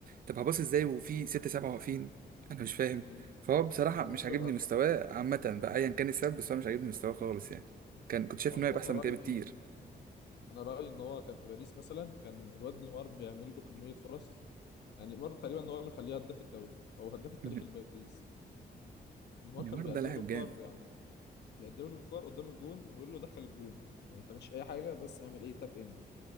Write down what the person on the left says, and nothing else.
مم.
انا شوف
انا
و-
وانا
رأيي
فيه انا رأيي ان هو كان في باريس مثلا كان الواد نيمار بيعمل له كمية فرص يعني نيمار تقريبا هو اللي مخليه هداف الدوري او هداف
التاريخ
لباريس نيمار
كان بيقدم
له كور
يعني بيقدم له الكور قدام الجون ويقول له دخل الجون يعني ما تعملش اي حاجه بس اعمل ايه تاب ان